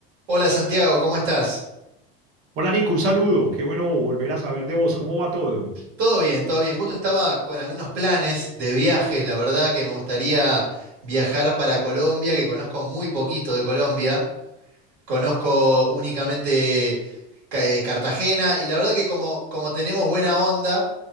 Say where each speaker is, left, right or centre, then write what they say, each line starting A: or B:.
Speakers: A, on the right (about 70°); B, on the right (about 50°).
A: Hola Santiago, ¿cómo estás?
B: Hola Nico, un saludo. Qué bueno volver a saber de vos. ¿Cómo va todo?
A: Todo bien, todo bien. Justo estaba con algunos planes de viajes, la verdad que me gustaría viajar para Colombia, que conozco muy poquito de Colombia. Conozco únicamente Ca- eh, Cartagena y la verdad que como, como tenemos buena onda,